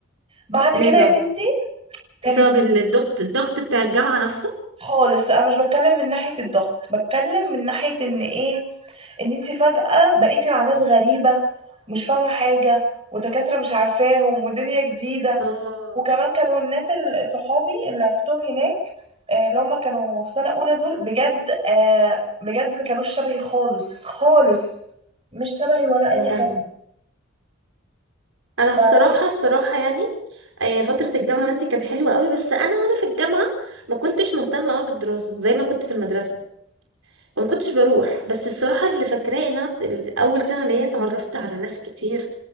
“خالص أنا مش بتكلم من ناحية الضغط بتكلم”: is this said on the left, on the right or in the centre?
Right